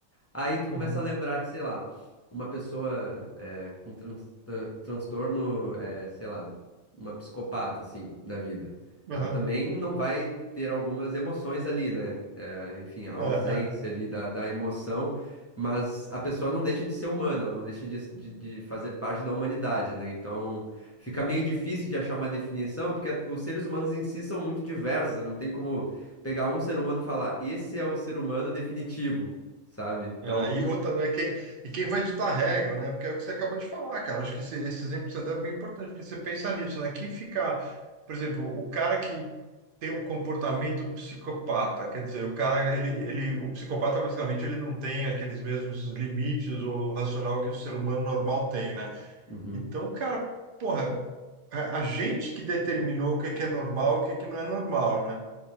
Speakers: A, on the left (about 20°); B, on the right (about 55°).
A: Aí tu
B: uhum.
A: começa a lembrar que, sei lá, uma pessoa é, com trans- tran- transtorno, é, sei lá, uma psicopata, assim, da vida. Ela
B: aham,
A: também não vai ter algumas emoções ali, né? É, enfim, a ausência
B: é, é.
A: ali da, da emoção, mas a pessoa não deixa de ser humana, ela não deixa de, de, de fazer parte da humanidade, né? Então fica meio difícil de achar uma definição, porque os seres humanos em si são muito diversos, né? não tem como pegar um ser humano e falar, esse é o ser humano definitivo sabe? Então,
B: É, e outra, né? Quem, e quem vai ditar a regra, né? Porque é o que você acabou de falar, cara. Acho que esse, esse exemplo que você deu é bem importante, porque você pensa nisso, né? Quem fica, por exemplo, o cara que tem um comportamento psicopata, quer dizer, o cara, ele, ele, o psicopata, basicamente, ele não tem aqueles mesmos limites ou racional que o ser humano normal tem, né?
A: uhum,
B: Então, cara, porra. a, a gente que determinou o que é que é normal, o que é que não é normal, né?